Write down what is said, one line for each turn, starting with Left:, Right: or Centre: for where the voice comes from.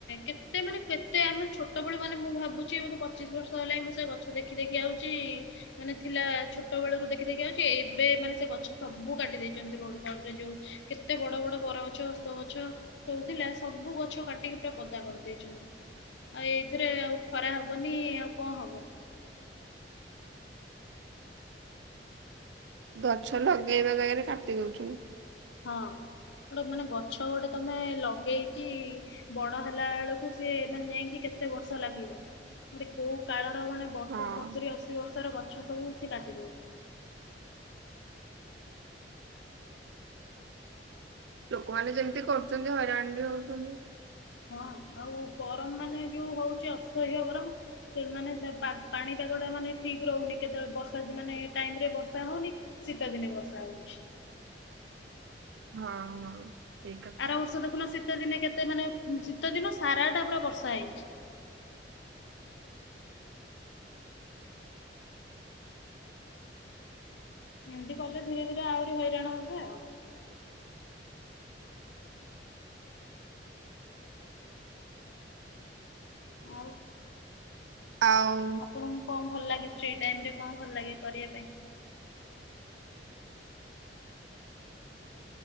Left: କେତେ ମାନେ କେତେ ଆମେ ଛୋଟବେଳୁ ମାନେ ମୁଁ ଭାବୁଛି ବୋଧେ ପଚିଶ ବର୍ଷ ହେଲା ମୁଁ ସେ ଗଛ ଦେଖି ଦେଖି ଆଉଚି। ମାନେ ଥିଲା ଛୋଟ ବେଳରୁ ଦେଖି ଦେଖି ଆଉଛି ଏବେ ମାନେ ସେଗଛ ସବୁ କାଟି ଦେଇଛି। ଯେମିତି ରୋଡକରରେ ଯୋଉ କେତେ ବଡ ବଡ ବରଗଛ ହସ୍ତଗଛ। ସଉଥିଲା ସବୁ ଗଛ କାଟିକି ପୁରା ପଦା କରିଦେଇଛନ୍ତି। ଆଉ ଏଇଥିରେ ଆଉ ଖରା ହବନି ଆଉ କଣ ହବ?
Right: ଗଛ ଲଗେଇବା ଜାଗାରେ କାଟି ଦଉଛନ୍ତି।
Left: ହଁ ଗୋଟେ ମାନେ ଗଛ ଗୋଟେ ତମେ ଲଗେଇ କି ବଡ ହେଲାବେଳକୁ ସିଏ ମାନେ ଯାଇକି କେତେ ବର୍ଷ ଲାଗିବ। <unintelligible> କୋଉ କାଳର ମାନେ ବର୍ଷ
Right: ହଁ।
Left: ସତୁରି ଅଶିବର୍ଷର ଗଛ ସବୁ ସିଏ କାଟି ଦଉଛନ୍ତି।
Right: ଲୋକମାନେ ଯେମିତି କରୁଚନ୍ତି ହଇରାଣବି ହଉଛନ୍ତି।
Left: ହଁ ଆଉ ଗରମ ମାନେ ଯୋଉ ହଉଛି ଅସହ୍ୟ ଗରମ। ସେମାନେ ସେ ପାଗ ପାଣିପାଗଟା ମାନେ ଠିକ ରହୁନି କେତେବେଳେ ବର୍ଷାଦିନ ମାନେ ଟାଇମରେ ବର୍ଷା ହଉନି। ଶୀତଦିନେ ବର୍ଷା ହଉଛି।
Right: ହଁ ହଁ ଠିକ୍ କଥା।
Left: ଆରବର୍ଷ ଦେଖୁନ ଶୀତଦିନେ କେତେ ମାନେ ଶୀତଦିନ ସାରାଟା ପୁରା ବର୍ଷା ହେଇଛି। ଏମେତି କଲେ ଧୀରେ ଧୀରେ ଆହୁରି ହଇରାଣ ହେବ ଆଉ। ଆଉ।
Right: ଆଉ।
Left: ଆପଣଙ୍କୁ କଣ ଭଲଲାଗେ ଫ୍ରି ଟାଇମରେ କଣ ଭଲଲାଗେ କରିବା ପାଇଁ?